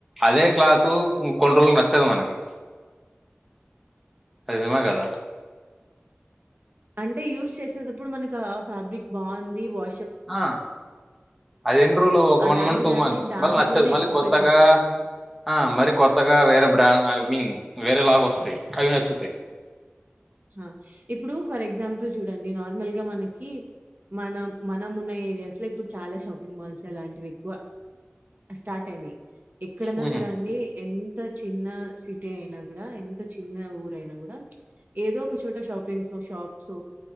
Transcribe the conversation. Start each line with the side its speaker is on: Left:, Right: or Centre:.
Centre: అదే క్లాత్ ఇంకొన్ని రోజులకి నచ్చదు మనకి నిజమా కాదా
Right: అంటే యూస్ చేసేటప్పుడు మనకి ఆ ఫ్యాబ్రిక్ బాగుంది వా
Centre: ఆ అది ఎన్ని రోజులు ఒక
Right: అలాంటి
Centre: వన్ మంత్ టూ
Right: దాన్నే
Centre: మంత్స్
Right: దాంట్లోనే
Centre: మళ్ళీ నచ్చదు మళ్ళీ
Right: ఎక్కువ
Centre: కొత్తగా
Right: పోయి కొంటాం మనం.
Centre: ఆ మరీ కొత్తగా వేరే బ్రాండ్ మి వేరే లాగా వస్తాయ్ అవి నచ్చుతాయ్
Right: హ ఇప్పుడు ఫర్ ఎగ్జాంపుల్ చూడండి నార్మల్గా మనకి మన మనం ఉన్న ఏరియాస్ లో ఇప్పుడు చాలా షాపింగ్ మాల్స్ ఇలాంటివి ఎక్కువ స్టార్ట్ అయినాయి ఎక్కడన్నా
Centre: హ్మ్.
Right: చూడండి ఎ ఇంత చిన్న సిటీ అయినా కూడా ఎం ఎంత చిన్న ఊరైనా కూడా ఏదో ఒక చోట shoppings shop so